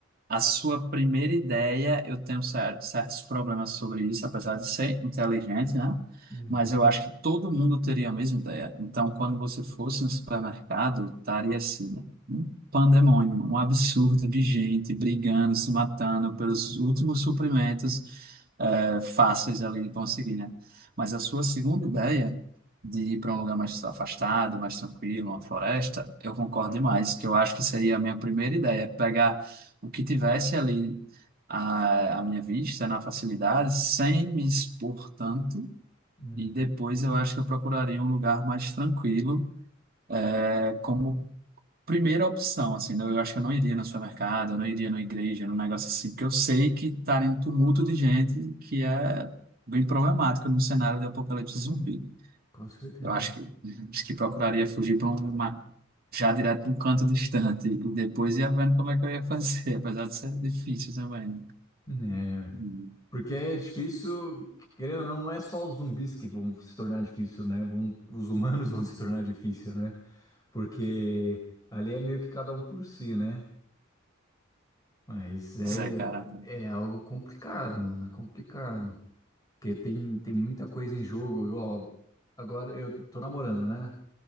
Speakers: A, on the right; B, on the left.
A: A sua primeira ideia, eu tenho cer- certos problemas sobre isso, apesar de ser inteligente, né?
B: uhum,
A: Mas eu acho que todo mundo teria a mesma ideia. Então, quando você fosse no supermercado, estaria assim, um pandemônio, um absurdo de gente brigando, se matando pelos últimos suprimentos, eh, fáceis ali de conseguir, né? Mas a sua segunda ideia de ir para um lugar mais afastado, mais tranquilo, uma floresta, eu concordo demais, que eu acho que seria a minha primeira ideia, pegar o que tivesse ali à, à minha vista, na facilidade, sem me expor tanto.
B: uhum,
A: E depois eu acho que eu procuraria um lugar mais tranquilo, é, como primeira opção, assim, não- eu acho que eu não iria no supermercado, eu não iria numa igreja, num negócio assim, porque eu sei que estaria um tumulto de gente que é bem problemático num cenário de apocalipse zumbi.
B: com certeza.
A: Eu acho que, acho que procuraria fugir para uma, já direto para um canto distante, e depois ia vendo como é que eu ia fazer, <laughs> apesar de ser difícil também.
B: É.
A: né?
B: Porque é difícil, querendo ou não, não é só os zumbis que vão se tornar difícil, né? Vão, os humanos <laughs> vão se tornar difícil, né? Porque ali é meio que cada um por si, né? Mas é,
A: Zé, cara.
B: é algo complicado, mano, é complicado. Porque tem, tem muita coisa em jogo. Ó, agora eu tô namorando, né?